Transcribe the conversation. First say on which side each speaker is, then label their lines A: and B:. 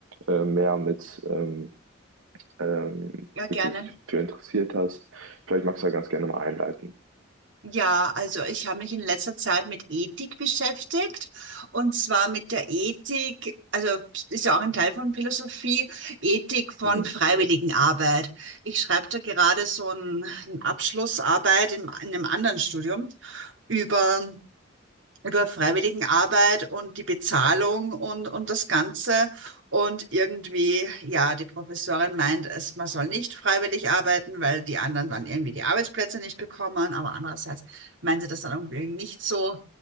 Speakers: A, on the right; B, on the right.
A: äh, mehr mit ähm, ähm,
B: ja,
A: wirklich
B: gerne.
A: für interessiert hast. Vielleicht magst du da ganz gerne mal einleiten.
B: Ja, also ich habe mich in letzter Zeit mit Ethik beschäftigt und zwar mit der Ethik, also ist ja auch ein Teil von Philosophie, Ethik von
A: Mhm.
B: Freiwilligenarbeit. Ich schreibe da gerade so ein, eine Abschlussarbeit in, in einem anderen Studium über über Freiwilligenarbeit und die Bezahlung und, und das Ganze. Und irgendwie, ja, die Professorin meint, es, man soll nicht freiwillig arbeiten, weil die anderen dann irgendwie die Arbeitsplätze nicht bekommen. Aber andererseits meint sie das dann irgendwie nicht so.